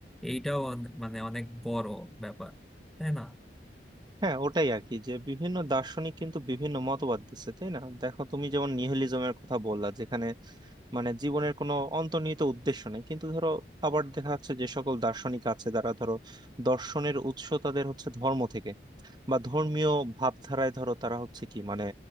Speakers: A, in the centre; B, on the right.
A: এইটাও অনে- মানে অনেক বড় ব্যাপার তাই না
B: হ্যাঁ ওটাই আর কি যে বিভিন্ন দার্শনিক কিন্তু বিভিন্ন মতবাদ দিচ্ছে তাই না দেখো তুমি যেমন নিহিলিজমের কথা বললা যেখানে মানে জীবনের কোনো অন্তর্নিহিত উদ্দেশ্য নেই কিন্তু ধরো আবার দেখা যাচ্ছে যে সকল দার্শনিক আছে যারা ধরো দর্শনের উৎস তাদের হচ্ছে ধর্ম থেকে বা ধর্মীয় ভাবধারায় ধরো তারা হচ্ছে কি মানে